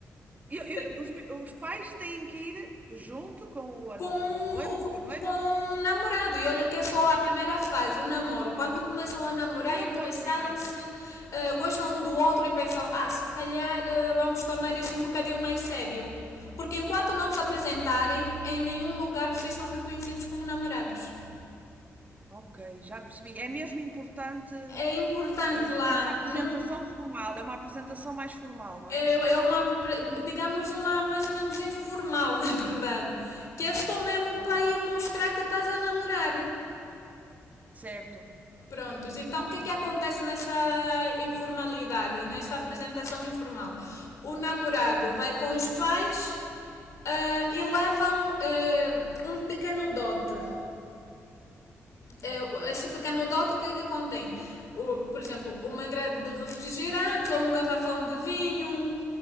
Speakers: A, on the right (about 30°); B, on the left (about 65°).
A: Eu- eu-
B: Tem,
A: os, me- os pais têm que ir junto com o, an-
B: com
A: com o noivo,
B: o,
A: com a noiva,
B: com o namorado. E olha que é só a primeira fase, o namoro. Quando começam a namorar,
A: o namoro
B: interessaram-se,
A: primeiro.
B: eh, gostam um do outro e pensam: ah, se calhar eh, vamos tornar isso um bocadinho mais sério. Porque enquanto não se apresentarem, em nenhum lugar vocês são reconhecidos como namorados.
A: Ok, já percebi. É mesmo importante.
B: É importante
A: Ah,
B: lá,
A: essa apresentação
B: não,
A: formal é uma apresentação mais formal, não
B: é,
A: é?
B: é uma, digamos, uma mais ou menos informal, <laughs> na verdade. Que é só mesmo
A: Ok.
B: para ir mostrar que estás a namorar.
A: Certo.
B: Prontos, então o que é que acontece nessa informalidade, nesta apresentação informal? O namorado vai com os pais ah, e levam ah, um pequeno dote. Eh,
A: Ok.
B: Esse pequeno dote o que é que contém? O- por exemplo, uma grade de refrigerante ou um garrafão de vinho,